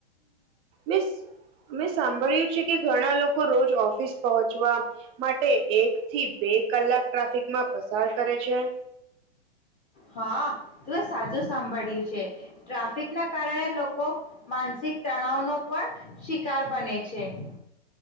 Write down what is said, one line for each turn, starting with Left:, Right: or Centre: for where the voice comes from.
Right: મેં મે સાંભળ્યું છે કે ઘણા લોકો રોજ ઓફિસ પહોંચવા માટે એક થી બે કલાક ટ્રાફિકમાં પસાર કરે છે.
Left: હા તું એ સાચું સાંભળ્યું છે. ટ્રાફિક ના કારણે લોકો માનસિક તણાવ નો પણ શિકાર બને છે. <inaudible>